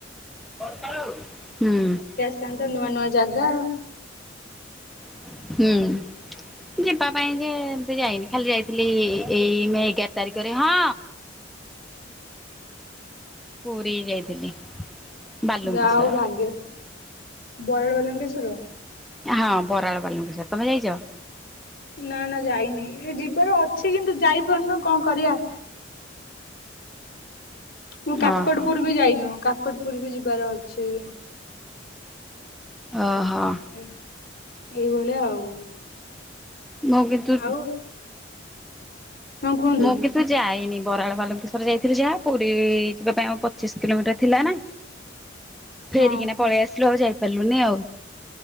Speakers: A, in the centre; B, on the left (about 50°).
A: ହୁଁ।
B: ତାଙ୍କେ ତ ନୂଆ ନୂଆ ଜାଗା
A: ହୁଁ। ଯିବା ପାଇଁ ଯେ ଏମତି ଯାଇନି ଖାଲି ଯାଇଥିଲି ଏ ଏଇ ମେ ଏଗାର ତାରିଖରେ ହଁ। ପୁରୀ ଯାଇଥିଲି। ବାଲୁଙ୍କେଶ୍ୱର।
B: ଯାହଉ ଭାଗ୍ୟ ବରାଳ ବାଲୁଙ୍କେଶ୍ୱର।
A: ହଁ ବରାଳ ବାଲଙ୍କେଶ୍ୱର। ତମେ ଯାଇଛ?
B: ନା ନା ଯାଇନି ଏ ଯିବାର ଅଛି କିନ୍ତୁ ଯାଇପାରୁନୁ କଣ କରିବା। ମୁଁ କାକଟପୁର
A: ଓହୋ
B: ବି ଯାଇନୁ କାକଟପୁର ବି ଯିବାର ଅଛି।
A: ଓ ହୋ।
B: ଏ ଏଇଭଳିଆ ଆଉ।
A: ମୁଁ କିନ୍ତୁ,
B: ଆଉ ହଁ କୁହନ୍ତୁ
A: ମୁଁ କି ତୁ ଯାଇନି ବରାଳ ବାଲୁଙ୍କେଶ୍ୱର ଯାଇଥିଲୁ ଯାହା। ପୁରୀ ଯିବା ପାଇଁ ଆଉ ପଚିଶ କିଲୋମିଟର ଥିଲା ନା ଫେରିକିନା
B: ହଁ।
A: ପଳେଇ ଆସିଲୁ ଆଉ ଯାଇପାରିଲୁନି ଆଉ।